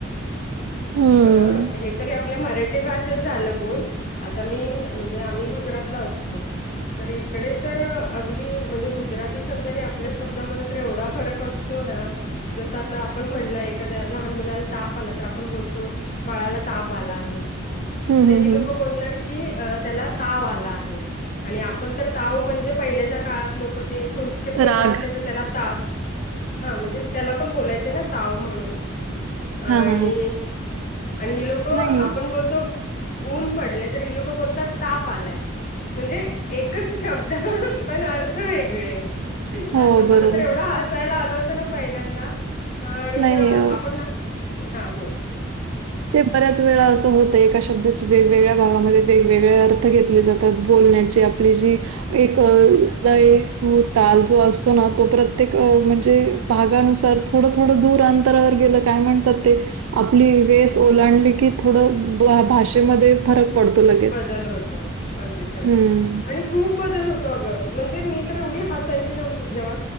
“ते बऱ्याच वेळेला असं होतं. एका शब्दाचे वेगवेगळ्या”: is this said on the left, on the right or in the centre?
Right